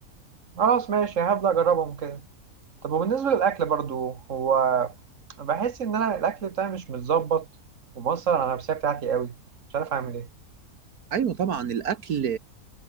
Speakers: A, on the right; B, on the right.
A: خلاص ماشي هبدا اجربهم كده طب وبالنسبة للاكل برضو هو بحس ان انا الاكل بتاعي مش متظبط ومؤثر على النفسية بتاعتي قوي مش عارف اعمل ايه
B: ايوه طبعا الاكل